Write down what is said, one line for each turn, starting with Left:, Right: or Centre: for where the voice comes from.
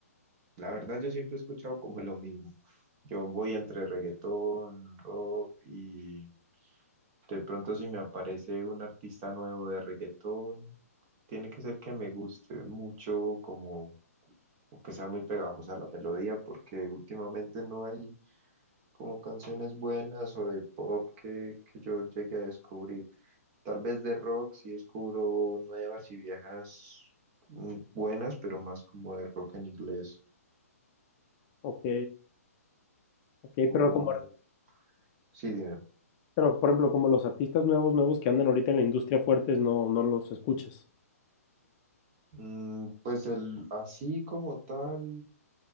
Right: la verdad yo siempre he escuchado como lo mismo. Yo voy entre reggaetón, rock y de pronto si me aparece un artista nuevo de reggaetón, tiene que ser que me guste mucho como o que sea muy pegajosa la melodía porque últimamente no hay como canciones buenas o de pop que, que yo llegue a descubrir. Tal vez de rock sí descubro nuevas y viejas mm, buenas, pero más como de rock en inglés.
Left: Ok, ok,
Right: O,
Left: pero como,
Right: sí, dime.
Left: pero por ejemplo, como los artistas nuevos, nuevos que andan ahorita en la industria fuertes, no, no los escuchas.
Right: Mm, pues el, así como tal,